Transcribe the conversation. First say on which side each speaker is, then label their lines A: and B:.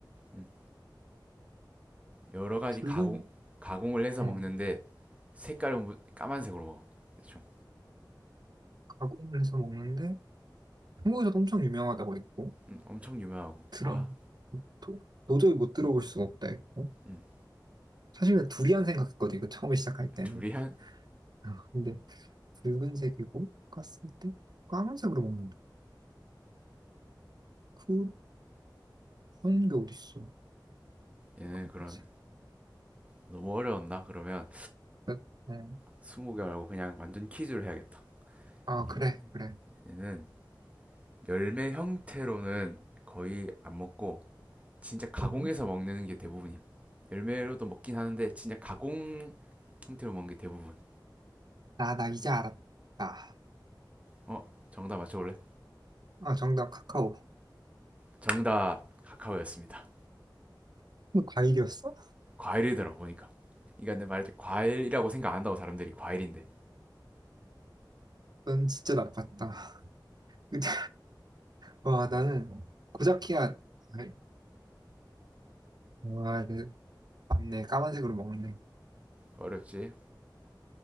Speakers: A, on the right; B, on the right.
A: 음, 여러 가지
B: 붉은,
A: 가공, 가공을 해서
B: 어,
A: 먹는데, 색깔은 까만색으로 먹어. 대충.
B: 가공을 해서 먹는데, 한국에서도 엄청 유명하다고 했고,
A: 음, 엄청 유명하고.
B: 들어,
A: 와,
B: 도, 도저히 못 들어볼 수가 없다 했고.
A: 음,
B: 사실 두리안 생각했거든, 이거 처음에 시작할 때는.
A: 두리안?
B: 아, 근데 붉은색이고 깠을 때 까만색으로 먹는다. 그런 게 어딨어.
A: 얘는
B: 붉은색.
A: 그런 너무 어려웠나? 그러면,
B: 어, 음.
A: 스무 개 말고 그냥 완전 퀴즈를 해야겠다.
B: 아, 그래,
A: 이거,
B: 그래.
A: 얘는 열매 형태로는 거의 안 먹고, 진짜 가공해서
B: 음.
A: 먹는 게 대부분이야. 열매로도 먹긴 하는데 진짜 가공 형태로 먹는 게 대부분.
B: 아, 나 이제 알았다.
A: 어, 정답 맞춰볼래?
B: 아, 정답 카카오.
A: 정답 카카오였습니다.
B: 이거 과일이었어?
A: 과일이더라 보니까. 그러니까 내 말했지 과일이라고 생각 안 한다고 사람들이 과일인데
B: 넌 진짜 나빴다. <laughs> 근데 와, 나는 고자키야. 아이, 와, 네. 맞네. 까만색으로 먹네.
A: 어렵지.